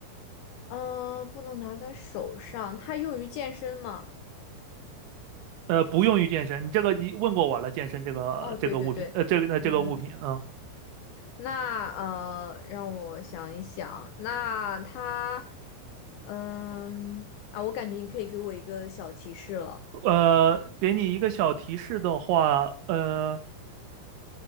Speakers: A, on the left; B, on the right.
A: 嗯、呃不能拿在手上。它用于健身吗？
B: 呃，不用于健身。你这个你问过我了，健身这个这个物品，
A: 哦，对对对，
B: 呃，这个呃这个物品啊，
A: 嗯，那呃，让我想一想，那它，嗯啊，我感觉你可以给我一个小提示了，
B: 呃，给你一个小提示的话，呃，